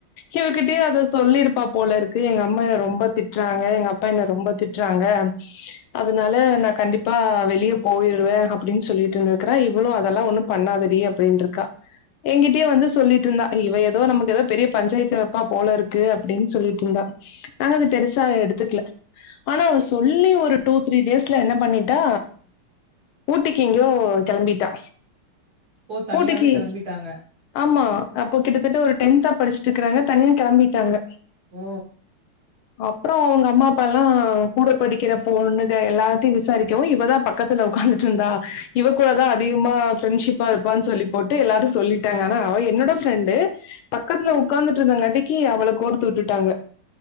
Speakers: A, on the left; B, on the right.
A: இவ கிட்டே அதை சொல்லிருப்பா போல இருக்கு எங்க அம்மா என்ன ரொம்ப திட்றாங்க எங்க அப்பா என்ன ரொம்ப திட்றாங்க அதனால நா கண்டிப்பா வெளியே போயிடுவே அப்டின்னு சொல்லிட்டு இருந்துருக்கே இவ்ளு அதெல்லா ஒண்ணு ப பண்ணாதடி அப்டிண்ருக்கா எங்கிட்டயே வந்து சொல்லிட்டு இருந்தா இவ ஏதோ நமக்கு ஏதோ பெரிய பஞ்சாயத்து அப்பா போல இருக்கு அப்டின்னு சொல்லிட்டு இருந்தா நாங்க அது பெருசா எடுத்துக்கல ஆனா அவ சொல்லி ஒரு டூ த்ரீ டேஸ்ல என்ன பண்ணிட்டா ஊட்டிக்கு எங்கயோ கெளம்பிட்டா
B: ஓ தனியாவே
A: ஊட்டிக்கு
B: கெளம்பிட்டாங்க
A: ஆமா அப்போ கிட்டத்தட்ட ஒரு டென்த்தா படிச்சுட்டு இருக்குறாங்க தனியா கெளம்பிட்டாங்க
B: ஓ
A: அப்றோ அவங்க அம்மா அப் <inaudible> தனி அப்பலா கூட படிக்கிற பொண்ணுங்க எல்லாத்தையு விசாரிக்கவு இவதா பக்கத்துல உட்காந்துட்டு இருந்தா இவ கூடதா அதிகமா ஃப்ரெண்ட்ஷிப்பா இருப்பான்னு சொல்லி போட்டு எல்லாரு சொல்லிட்டாங்க ஆனா அவே என்னோட ஃப்ரெண்டு பக்கத்துல உட்காந்துட்டு இருந்தாங்காட்டிக்கு அவள கோர்த்து விட்டுட்டாங்க